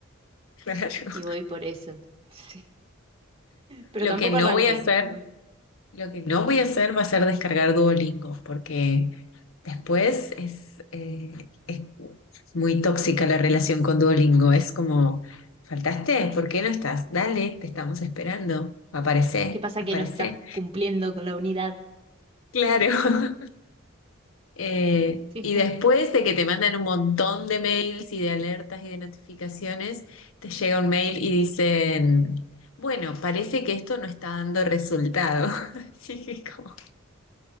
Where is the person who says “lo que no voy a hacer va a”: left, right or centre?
Left